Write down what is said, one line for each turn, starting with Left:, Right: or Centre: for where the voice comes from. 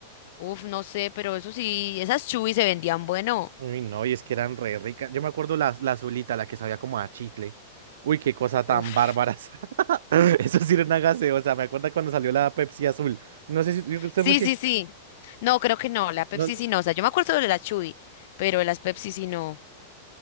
Left: uf, no sé, pero eso sí, esas chubis se vendían bueno.
Right: Uy, no, y es que eran re ricas. Yo me acuerdo la, la azulita, la que sabía como a chicle. Uy, qué cosa
Left: Uf.
Right: tan bárbara. <laughs> esa. Eso sí era una gaseosa. Me acuerdo cuando salió la Pepsi azul. No sé si usted
Left: Sí,
Right: mucho.
Left: sí, sí. No, creo que no, la Pepsi
Right: No,
Left: sí no. O sea, yo me acuerdo de la Chuy, pero de las Pepsi sí no.